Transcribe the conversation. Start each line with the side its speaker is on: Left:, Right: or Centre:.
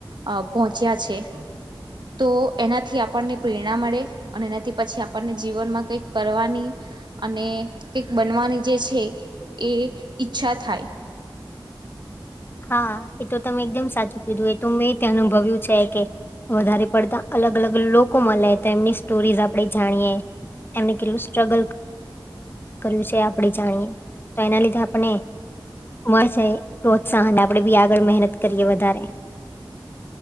Right: અ પહોંચ્યા છે. તો એનાથી આપણને પ્રેરણા મળે અને એનાથી પછી આપણને જીવનમાં કંઈક કરવાની અને કઈક બનવાની જે છે એ ઈચ્છા થાય.
Left: હા એ તો તમે એકદમ સાચું કીધું એ તો મેં અનુભવ્યું છે કે વધારે પડતા અલગ અલગ લોકો મળે તો એમની સ્ટોરીઝ આપે જાણીએ એમને કેલૂસ સ્ટ્રગલ કર્યું છે આપણે જાણીએ. તો એના લીધે આપને મળરશે પ્રો ત્સાહન આપડે બી આગળ મહેનત કરીએ વધારે.